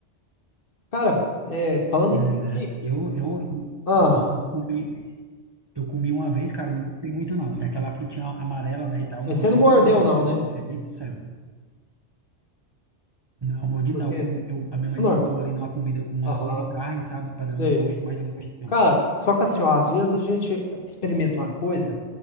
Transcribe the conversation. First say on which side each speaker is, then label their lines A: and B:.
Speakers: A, on the left; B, on the right.
A: Cara, é, falando
B: É,
A: em piqui,
B: né? Eu, eu,
A: ah,
B: eu comi, eu comi uma vez, cara, e não gostei muito, não. É Aquela frutinha amarela, né, e tal, eu
A: mas
B: não gostei
A: você não mordeu
B: muito, não, pra
A: não,
B: te ser,
A: né?
B: ser bem sincero. Não, mordi
A: Porque,
B: não. Eu comi- eu- a minha mãe
A: não,
B: botou ali numa comida com
A: aham,
B: arroz e carne, sabe, pra dar
A: sei.
B: um gosto, mas eu não gostei, não.
A: Cara, só que assim, ó, às vezes a gente experimenta uma coisa